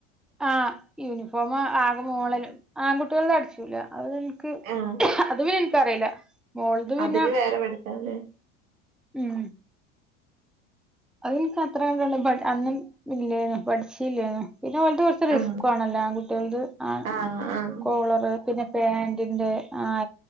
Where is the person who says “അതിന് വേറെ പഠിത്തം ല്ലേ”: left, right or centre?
Right